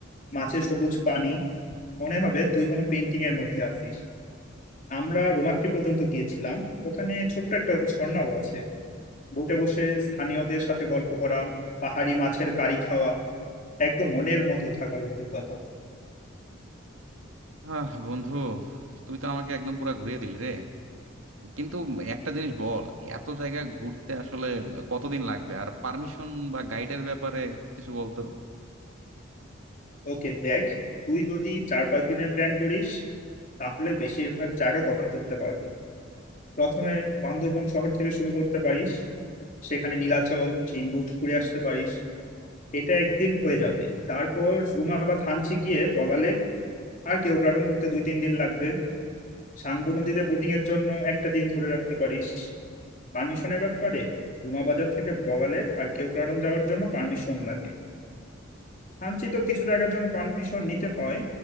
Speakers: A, on the left (about 40°); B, on the right (about 85°).
A: মাঝে সবুজ পানি মনে হবে তুই কোনো পেন্টিং এর মধ্যে আছিস আমরা রোমাক্রি পর্যন্ত গিয়েছিলাম ওখানে ছোট্ট একটা ঝর্ণাও আছে বোটে বসে স্থানীয়দের সাথে গল্প করা পাহাড়ি মাছের কারি খাওয়া একদম মনের মতো থাকার অভিজ্ঞতা
B: হ্যাঁ বন্ধু তুই তো আমাকে একদম পুরা ঘুরিয়ে দিলি রে কিন্তু একটা জিনিস বল এত জায়গা ঘুরতে আসলে কতদিন লাগবে আর পারমিশন বা গাইডের ব্যাপারে কিছু বলতো
A: ওকে দেখ তুই যদি চার পাঁচ দিনের প্ল্যান করিস তাহলে বেশিরভাগ জায়গা কভার করতে পারবি প্রথমে বান্দরবান শহর থেকে শুরু করতে পারিস সেখানে নীলাচল চিম্বুক ঘুরে আসতে পারিস এটা একদিন হয়ে যাবে তারপর রুমা বা থানচি গিয়ে বগালেক আর কেওক্রাডং করতে দুই তিন দিন লাগবে সাঙ্গু নদীতে বোটিং এর জন্য একটা দিন ধরে রাখতে পারিস পারমিশনের ব্যাপারে রুমা বাজার থেকে বগালেক আর কেওক্রাডং যাওয়ার জন্য পারমিশন লাগে কাঞ্চিত কিছু জায়গার জন্য পারমিশন নিতে হয়